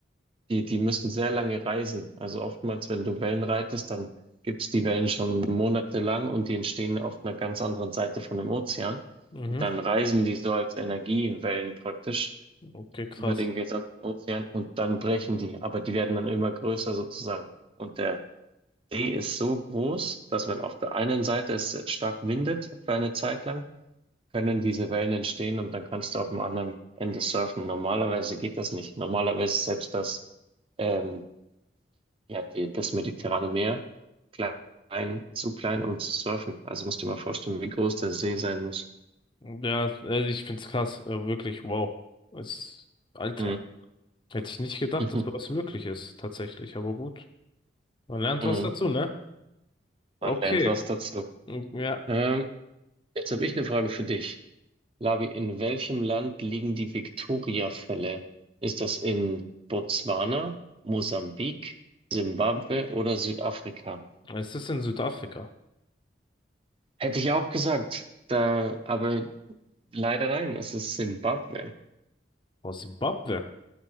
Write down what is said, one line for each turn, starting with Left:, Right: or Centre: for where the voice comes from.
Right: Die, die müssen sehr lange reisen. Also oftmals, wenn du Wellen reitest, dann gibt's die Wellen schon monatelang und die entstehen auf einer ganz anderen Seite von dem Ozean.
Left: Mhm.
Right: Und dann reisen die so als Energiewellen praktisch
Left: Okay, krass.
Right: über den gesamten Ozean und dann brechen die. Aber die werden dann immer größer sozusagen. Und der See ist so groß, dass wenn auf der einen Seite es stark windet für eine Zeit lang, können diese Wellen entstehen und dann kannst du auf dem anderen Ende surfen. Normalerweise geht das nicht. Normalerweise selbst das ähm, ja, die, das Mediterrane Meer, klein, zu klein, um zu surfen. Also musst du dir mal vorstellen, wie groß der See sein muss.
Left: Ja, also ich find's krass. äh, Wirklich, wow. Es ist, Alter.
Right: Hm.
Left: Hätte ich nicht gedacht,
Right: Hm.
Left: dass sowas möglich ist, tatsächlich. Aber gut. Man lernt
Right: <laughs>
Left: was dazu, ne?
Right: Man
Left: Okay.
Right: lernt was dazu.
Left: mm, Ja,
Right: Ähm, jetzt habe ich eine Frage für dich. Lavi, in welchem Land liegen die Victoria-Fälle? Ist das in Botswana, Mosambik, Simbabwe oder Südafrika?
Left: es ist in Südafrika.
Right: Hätte ich auch gesagt. Da, aber leider nein, es ist Simbabwe.
Left: Aus Simbabwe.